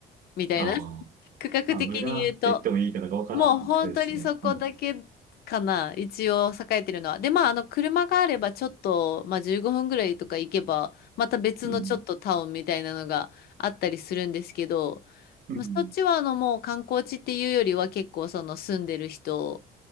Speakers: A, on the left; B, on the right.
A: みたいな。
B: ああ。
A: <laughs> 区画的に言うと。
B: まあ、村って言ってもいいかどうかわからんくらいですね。
A: もう本当にそこだけかな、
B: うん。
A: 一応栄えてるのは。で、まあ、あの、車があればちょっと、まあ、15分ぐらいとか行けば、また別のちょっとタウンみたいなのがあったりするんですけど、
B: うん。うん。
A: まあ、そっちはあの、もう観光地っていうよりは結構その住んでる人